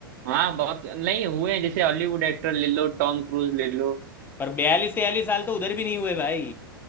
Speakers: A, on the right; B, on the left.
A: हाँ बहुत नहीं हुए हैं जैसे हॉलीवुड एक्टर ले लो टॉम क्रूज ले लो
B: पर बयालीस तैयालीस साल तो उधर भी नहीं हुए भाई